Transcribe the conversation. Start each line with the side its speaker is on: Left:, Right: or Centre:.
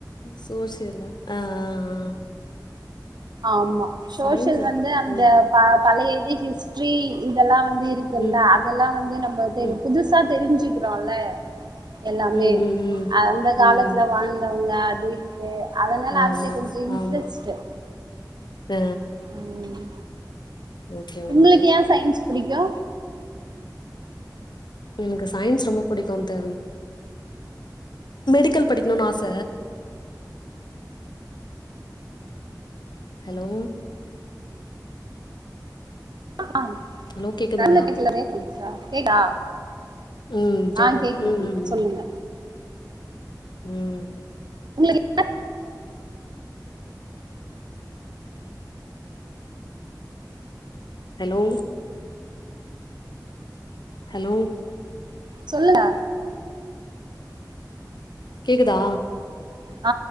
Left: ம் சோஷியல்லா ஆ ஆ ஆ
Right: ஆமா சோஷியல்
Left: சயின்ஸு
Right: வந்து
Left: தா
Right: அந்த
Left: ம்
Right: பா பழைய இது ஹிஸ்ட்ரி இதெல்லா வந்து இருக்குல்ல
Left: ம்
Right: அதெல்லா வந்து நம்ம தெரி
Left: ம்
Right: புதுசா தெரிஞ்சுக் குறோல எல்லாமே
Left: ம் ம் ம்
Right: அந்த காலத்துல
Left: ம்
Right: வாழ்ந்தவ்ங்க அப்டி கே அதனால
Left: ஆமா
Right: அதுல கொஞ்ச இன்ட்ரெஸ்ட்டு
Left: ஆமா ஆ
Right: ம்
Left: ஓகே
Right: உங்களுக்கு
Left: ஓகே
Right: ஏ சைன்ஸ் புடிக்கு
Left: எனக்கு சைன்ஸ் ரொம்ப புடிக்கு இந்த மெடிக்கல் படிக்கணுனு ஆச ஹலோ
Right: ஆ
Left: ஹலோ கேக்குதுங்களா
Right: <inaudible> கேக்குதா
Left: ம்
Right: ஆ கேக்குது
Left: ம்
Right: கேக்குது
Left: ம்
Right: சொல்லுங்க
Left: ம்
Right: உங்களுக்கு
Left: ஹலோ ஹலோ
Right: சொல்லுங்க
Left: கேக்குதா
Right: ஆ